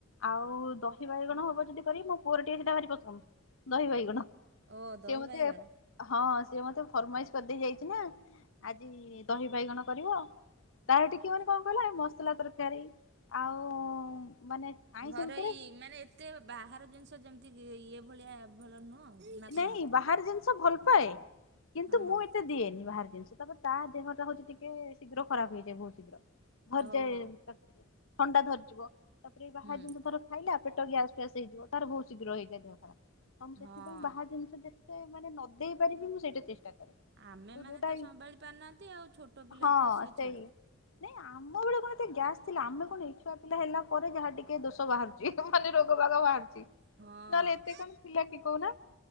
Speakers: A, on the left; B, on the right.
A: ଆଉ ଦହି ବାଇଗଣ ହବ ଯଦି କରିବି ମୋ ପୁଅର ଟିକେ ସେଇଟା ଭାରି ପସନ୍ଦ ଦହି ବାଇଗଣ।
B: ଓ
A: ସିଏ
B: ଦହି
A: ମୋତେ
B: ବାଇଗଣ।
A: ହଁ ସିଏ ମତେ ଫରମାଇଜ୍ କରିଦେଇ ଯାଇଛି ନା ଆଜି ଦହି ବାଇଗଣ କରିବ। ତାର ଟିକେ ମାନେ କଣ କହିଲ ମସଲା ତରକାରୀ ଆଉ ମାନେ ଆଇଁଷ
B: ଘରୋଇ
A: ଭିତରେ
B: ମାନେ ଏତେ ବାହାର ଜିନିଷ ଯେମିତି ଇଏ ଭଳିଆ ଭଲ ନୁହଁ। ନା କଣ?
A: ନାଇଁ ବାହାର ଜିନିଷ ଭଲ ପାଏ। କିନ୍ତୁ
B: ଓହୋ
A: ମୁଁ ଏତେ ଦିଏନି ବାହାର ଜିନିଷ। ତା ଦେହଟା ହଉଛି ଟିକେ ଶୀଘ୍ର ଖରାପ ହେଇଯାଏ ବହୁତ ଶୀଘ୍ର ଧରିଯାଏ।
B: ଓହୋ
A: ଥଣ୍ଡା ଧରିଯିବ ତାପରେ ବାହାର
B: ହୁଁ
A: ଜିନିଷ ଧର ଖାଇଲା ପେଟ ଗ୍ୟାସ୍ ଫ୍ୟାସ୍ ହେଇଯିବ ତାର ବହୁତ ଶୀଘ୍ର ହେଇଯାଏ ଦେହ ଖରାପ କମ
B: ହଁ।
A: ଜିନିଷ ଯେତେ ମାନେ ନ ଦେଇ ପାରିବି ମୁଁ ସେଇଟା ଚେଷ୍ଟା କରେ।
B: ଆମେମାନେ
A: ତୁ ଯୋଉଟା
B: ତ ସମ୍ଭାଳି ପାରୁନାହାଁନ୍ତି ଆଉ ଛୋଟ ପିଲା
A: ହଁ
B: ତ ସିଏ
A: ସେଇ
B: ଛାଡ଼।
A: ନାଇଁ ଆମ ବେଳେ କଣ ଏ ଗ୍ୟାସ୍ ଥିଲା ଆମେ କଣ ଇ ଛୁଆ ପିଲା ହେଲା ପରେ ଯାହା ଟିକେ ଦୋଷ ବାହାରୁ ମାନେ ରୋଗ ବାଗ ବାହରୁଛି
B: ହଁ
A: ନହେଲେ ଏତେ କଣ ଥିଲା କି କହୁନ?